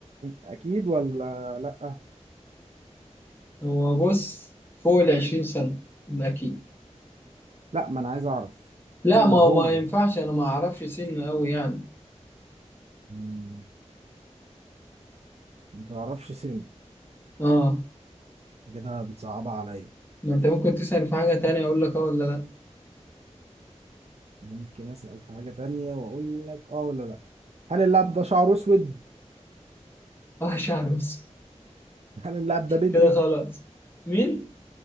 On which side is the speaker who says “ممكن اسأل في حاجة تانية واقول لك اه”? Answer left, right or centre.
Right